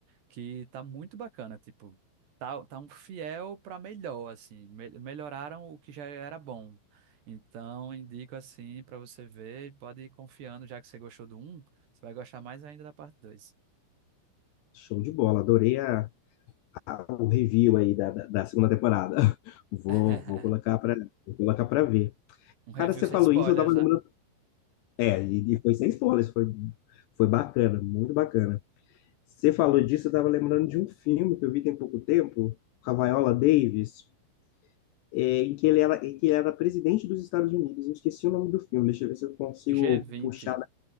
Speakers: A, on the right; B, on the left.
A: que tá muito bacana. Tipo, tá, tá um fiel para melhor, assim. me- melhoraram o que já era bom. Então, indico assim para você ver e pode ir confiando, já que você gostou do um, você vai gostar mais ainda da parte dois.
B: Show de bola, adorei a- o review aí da, da, da segunda temporada. <laughs> Vou,
A: <laughs>
B: vou colocar para vou colocar para ver.
A: Um review
B: Cara, você
A: sem
B: falou
A: spoilers,
B: isso, eu tava lembrando.
A: né?
B: É, e, e foi sem spoilers, foi, foi bacana, muito bacana. Você falou disso, eu tava lembrando de um filme que eu vi tem pouco tempo, com a Viola Davis. é, em que ele era, em que ele era presidente dos Estados Unidos. Eu esqueci o nome do filme, deixa eu ver se eu consigo
A: g vinte.
B: puxar na